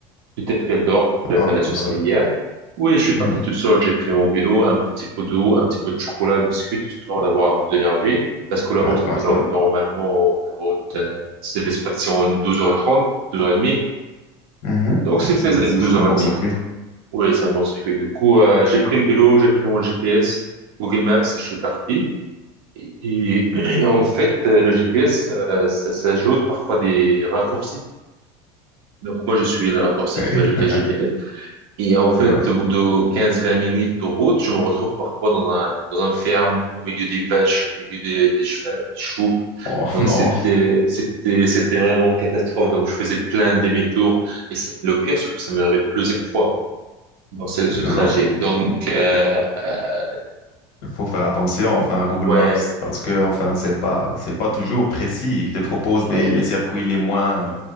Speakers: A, on the right (about 75°); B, on the left (about 60°).
A: Peut-être elle dort de
B: Ça part
A: la fin
B: du
A: de
B: D'accord,
A: la
B: tout
A: soirée
B: c'est seul. la
A: hier.
B: famille.
A: Oui, je suis
B: Mhm.
A: parti tout seul, j'ai pris mon vélo, un petit peu d'eau, un petit peu de chocolat, de biscuits, histoire d'avoir un peu d'énergie. Parce que la
B: Ouais,
A: route était
B: ouais,
A: longue.
B: ouais. Alors,
A: Normalement, la route, euh, se devait se passer en 12h30, 12h30.
B: Mhm.
A: Donc, c'est
B: Non,
A: faisable,
B: C'est, c'est
A: 12h30.
B: c'est un bon circuit.
A: Oui, ça me circuit. Du coup, euh, j'ai pris le vélo, j'ai pris mon GPS, Google Maps, et je suis parti. Et, et- <clears throat> et en fait, euh, le GPS, euh, ça, ça ajoute parfois des raccourcis. Donc, moi, je suis le raccourci
B: Eh,
A: qui m'a jeté
B: <laughs>
A: le GPS. Et en fait,
B: Ouais. meilleur,
A: au bout de quinze-vingt minutes de route, je me retrouve parfois dans un, dans un ferme, au milieu des vaches, au milieu des, des chevaux, des chevaux.
B: Oh
A: Donc,
B: non,
A: c'était, c'était, c'était vraiment une catastrophe. Donc, je faisais plein de demi-tours. Et c'est- le pire, c'est que ça m'est arrivé plusieurs fois dans ce, ce
B: Non,
A: trajet.
B: non.
A: Donc, euh, euh,
B: Il faut faire attention, enfin, à Google
A: ouais,
B: Maps, parce Ouais, que, enfin, c'est pas, c'est pas toujours précis. Il te propose des,
A: oui,
B: les circuits les moins,